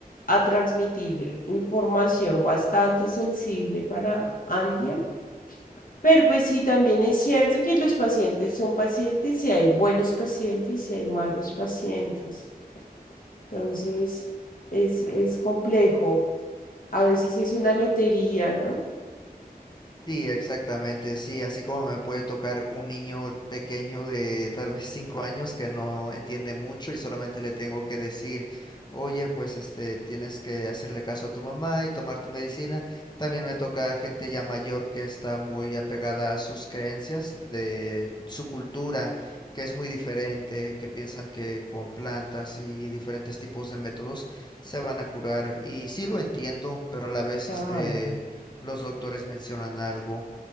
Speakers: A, on the left; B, on the left.
A: a transmitir información bastante sensible para alguien. Pero pues sí, también es cierto que los pacientes son pacientes y hay buenos pacientes y hay malos pacientes. Entonces, es, es complejo. A veces es una lotería, ¿no?
B: Sí, exactamente, sí, así como me puede tocar un niño pequeño de tal vez cinco años que no entiende mucho y solamente le tengo que decir, oye, pues este, tienes que hacerle caso a tu mamá y tomar tu medicina. También me toca gente ya mayor que está muy apegada a sus creencias, de su cultura, que es muy diferente, que piensan que con plantas y diferentes tipos de métodos se van a curar. Y sí lo entiendo, pero a la vez
A: Claro.
B: este los doctores mencionan algo.